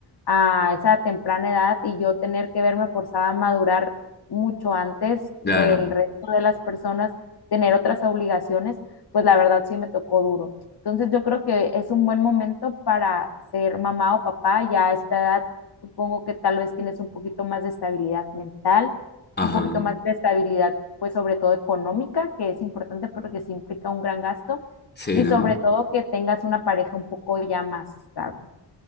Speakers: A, on the left; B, on the left.
A: a esa temprana edad y yo tener que verme forzada a madurar mucho antes
B: claro,
A: del resto de las personas, tener otras obligaciones, pues la verdad sí me tocó duro. Entonces yo creo que es un buen momento para ser mamá o papá, ya a esta edad Supongo que tal vez tienes un poquito más de estabilidad mental,
B: ajá,
A: un poquito más de estabilidad, pues sobre todo económica, que es importante porque sí implica un gran gasto,
B: sí,
A: y
B: ¿no?
A: sobre todo que tengas una pareja un poco ya más estable.